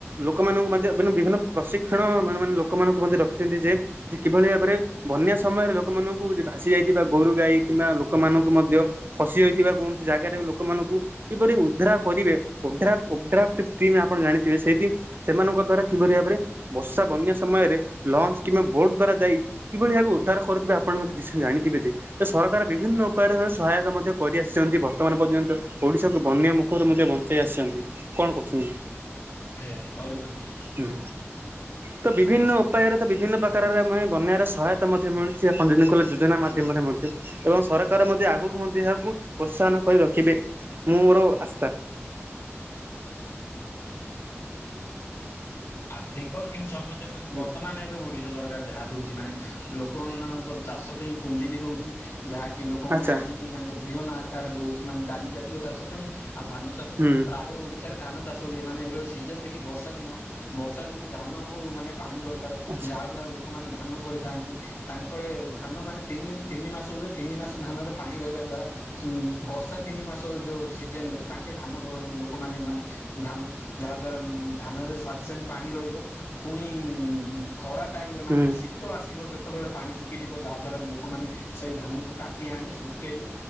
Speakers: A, on the right; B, on the left.
A: ଲୋକମାନଙ୍କୁ ମଧ୍ୟ ବିଭିନ୍ନ ପ୍ରଶିକ୍ଷଣ, ମାନେ-ମାନେ ଲୋକମାନଙ୍କୁ ମଧ୍ୟ ରଖିଛନ୍ତି ଯେ ଯେ କିଭଳି ଭାବରେ, ବନ୍ୟା ସମୟରେ ଲୋକମାନଙ୍କୁ ଯେ ଭାସି ଯାଇଥିବା ଗୋରୁ, ଗାଈ କିମ୍ବା ଲୋକମାନଙ୍କୁ ମଧ୍ୟ ଫସି ରଇଥିବା କୌଣସି ଜାଗାରେ ଲୋକମାନଙ୍କୁ କିପରି ଉଧ୍ରା କରିବେ, ଉଡ୍ଡ୍ରାଫ୍ଟ, ଉଡ୍ଡ୍ରାଫ୍ଟ ଟିମ୍ ଆପଣ ଜାଣିଥିବେ ସେଇତି ସେମାନଙ୍କ ଦ୍ଵାରା କିଭରି ଭାବରେ ବର୍ଷା ବନ୍ୟା ସମୟରେ, ଲଞ୍ଚ୍ କିମ୍ବା ଭୋଟ୍ ଦ୍ଵାରା ଯାଇ କିଭଳି ଭାବେ ଉଦ୍ଧାର କରୁଥିବେ, ଆପଣ ମଧ୍ୟ ନିଶ୍ଚୟ ଜାଣିଥିବେ। ଯେ ସରକାର ବିଭିନ୍ନ ଉପାୟରେ ସହା ସହାୟକ ମଧ୍ୟ କରି ଆସିଛନ୍ତି ବର୍ତ୍ତମାନ ପର୍ଯ୍ୟନ୍ତ। ଓଡିଶାକୁ ବନ୍ୟା ମୁଖରୁ ମଧ୍ୟ ବଞ୍ଚେଇ ଆସିଚନ୍ତି କଣ କହୁଛନ୍ତି?
B: ଆଜ୍ଞା କରୁଛନ୍ତି।
A: ହୁଁ। ତ ବିଭିନ୍ନ
B: ଆଚ୍ଛା।
A: ଉପାୟରେ ତ ବିଭିନ୍ନ ପ୍ର କାରରେ ଆମେ ବନ୍ୟାର ସହାୟତା ମଧ୍ୟ ମିଳୁଛି ଆପଣ ଜିନକଲେ ଯୋଜନା ମାଧ୍ୟମରେ ମଧ୍ୟ ଏବଂ ସରକାର ମଧ୍ୟ ଆଗକୁ ମଧ୍ୟ ଏହାକୁ ପ୍ରୋତ୍ସାହନ କରି ରଖିବେ। ମୁଁ ମୋର ଆ-
B: ଆର୍ଥିକ କିନ୍ତୁ ସମୟ ଯେମାନେ
A: ହୁଁ
B: ବର୍ତ୍ତମାନ ଏବେ ବଢ଼ି ନିଜ ସରକାର ଯାହା ଦଉଛି ମାନେ ଲୋକମାନାନଙ୍କର ଚାଷ ପାଇଁ ପୁଞ୍ଜି ବି ଦଉଛି। ଯାହାକି ଲୋକମାନେ
A: ଆଚ୍ଛା
B: ଆଣିକି ତାଙ୍କ ବିହନ ଆକାରରେ ଦଉଛି ମାନେ ଡାଲି ଜାତୀୟ ଚାଷ ପାଇଁ ଆଉ ଧାନ ଚାଷ
A: ହୁଁ
B: ପ୍ରାୟ ଓଡିଶାରେ ଧାନ ଚାଷ ହୁଏ ମାନେ ଏବେ ସିଜନ୍ ଦେଖି ବର୍ଷା ଦିନ ବର୍ଷା ଯୋଗୁ ଧାନ କୁ ମାନେ ପାଣି ଦରକାର
A: ଆଚ୍ଛା
B: ଯାହା ଦ୍ଵାରା ଲୋକମାନେ ଧାନ ଧାନ କରିଥାଆନ୍ତି। ତାଙ୍କ ଏ ଧାନ ମାନେ ତିନି ତିନି ମାସ ହୁଏ ତିନି ମାସ ଧାନରେ ପାଣି ରହିବା ଦ୍ଵାରା ସିମିନ୍ ବର୍ଷା ତିନି ମାସ ଯୋଉ ସିଜନ୍ ରେ ତାଙ୍କେ ଧାନ କରନ୍ତି ଲୋକମାନେ, ମାନେ ଧାନ ଯାହାଦ୍ୱାରା ଲୁ ଧାନରେ ସା ସେନ୍ ପାଣି ରହିବ ପୁଣି ଉଁ ଖରା ଟାଇମ୍ ରେ ମାନେ
A: ହୁଁ
B: ଶୀତ ଆସିବ ସେ ତବେଳେ ପାଣି ଶୁଖିଯିବ ଯାହା ଦ୍ଵାରା ଲୋକମାନେ ସେଇ ଧାନ କୁ କାଟି ଆଣି ଶୁକେଇ